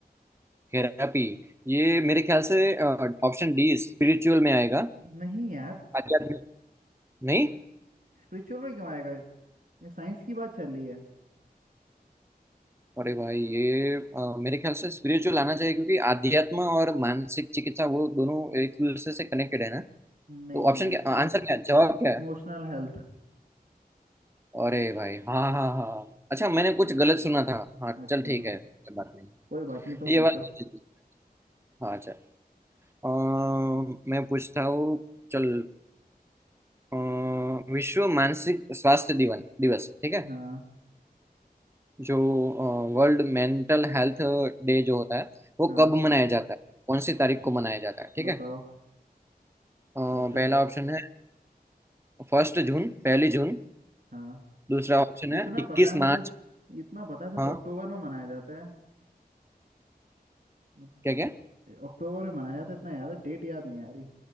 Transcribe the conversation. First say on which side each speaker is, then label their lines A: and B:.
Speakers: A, on the right (about 15°); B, on the right (about 60°).
A: थेरेपी ये मेरे ख्याल से ऑप्शन डी स्पिरिचुअल में आएगा
B: नहीं यार
A: आध्यात्मिक नहीं
B: स्पिरिचुअल में क्यों आएगा ये साइंस की बात चल रही है
A: अरे भाई ये अ, मेरे ख्याल से स्पिरिचुअल आना चाहिए क्योंकि आध्यात्म और मानसिक चिकित्सा वो दोनों एक दूसरे से कनेक्टेड है ना
B: नहीं
A: तो ऑप्शन
B: देख
A: क्या आंसर क्या है? जवाब क्या है
B: इमोशनल हेल्थ
A: अरे भाई हाँ हाँ हाँ अच्छा मैंने कुछ गलत सुना था हाँ
B: अच्छा
A: चल ठीक है कोई बात नहीं
B: कोई बात नहीं तुम पूछो
A: ये बात तो ठीक है। हाँ चल अ, मैं पूछता हूँ चल अ, विश्व मानसिक स्वास्थ्य दिवन दिवस ठीक है
B: हाँ
A: जो वर्ल्ड मेंटल हेल्थ डे जो होता है वो
B: हाँ
A: कब मनाया जाता है कौन सी तारीख को मनाया जाता है ठीक
B: बताओ
A: है अ,
B: ऑप्शन
A: पहला
B: दो
A: ऑप्शन है फर्स्ट जून पहली जून
B: हाँ
A: दूसरा ऑप्शन
B: इतना
A: है इक्कीस
B: पता है मुझे
A: मार्च
B: इतना पता था तो
A: हाँ
B: अक्टूबर में मनाया जाता है अब-
A: क्या क्या
B: अक्टूबर में मनाया जाता है इतना याद है डेट याद नहीं आ रही